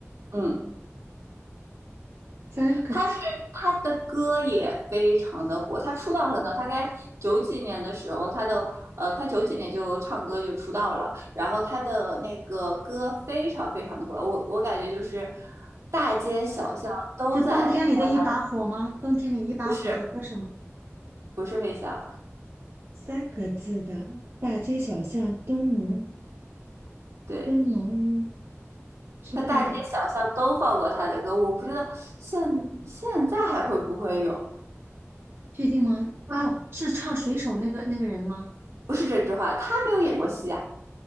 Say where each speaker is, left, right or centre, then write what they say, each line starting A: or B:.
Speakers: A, on the right; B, on the right.
A: 嗯，
B: 三个字
A: 他是他的歌也非常的火，他出道很早，大概九几年的时候，他的呃，他九几年就唱歌就出道了，然后他的那个歌非常非常的火，我我感觉就是大街小巷都在放他的，
B: 是冬天里的一把火吗？冬天里一把火的歌什么？
A: 不是，不是飞翔，
B: 三个字的大街小巷都能
A: 对。
B: 都能知道的，
A: 他大街小巷都放过他的歌，我不知道现现在还会不会有。
B: 确定吗？哦，是唱水手那个那个人吗？
A: 不是郑智化，他没有演过戏啊。